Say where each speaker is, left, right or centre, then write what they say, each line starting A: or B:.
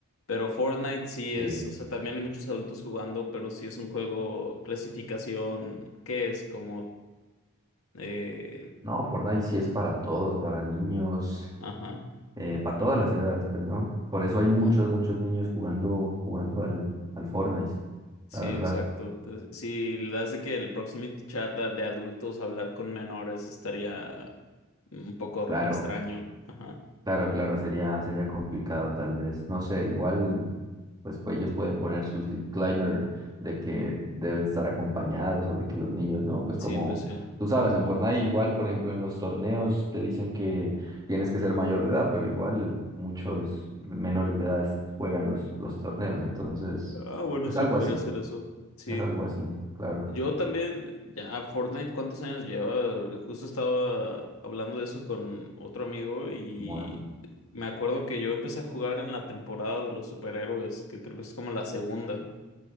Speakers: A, on the left; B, on the right.
A: Pero Fortnite sí
B: Sí.
A: es, o sea, también hay muchos adultos jugando, pero sí es un juego clasificación, ¿qué es? Como, eh,
B: No, Fortnite sí es para todos, para niños,
A: ajá.
B: eh, para todas las edades, pues, ¿no? Por eso hay muchos,
A: Ah,
B: muchos niños jugando, jugando al, al Fortnite,
A: sí,
B: la verdad.
A: exacto. Entonces, si le hace que el proximity chat a- de adultos hablar con menores estaría un poco
B: claro
A: r- extraño. Ajá.
B: Claro, claro, sería, sería complicado tal vez. No sé, igual pues, pues ellos pueden poner sus disclaimer de que deben estar acompañados o de que los niños no, pues como
A: Sí, pues sí.
B: tú sabes, en Fortnite igual, por ejemplo, en los torneos te dicen que tienes que ser mayor de edad, pero igual muchos menores de edad juegan los, los torneos, entonces
A: Ah, bueno,
B: es
A: sí,
B: algo
A: podría
B: así,
A: ser eso. Sí.
B: es algo así, claro.
A: Yo también, ya Fortnite, ¿cuántos años lleva? Justo estaba hablando de eso con otro amigo y
B: Bueno.
A: me acuerdo que yo empecé a jugar en la temporada de los superhéroes, que creo que es como la segunda.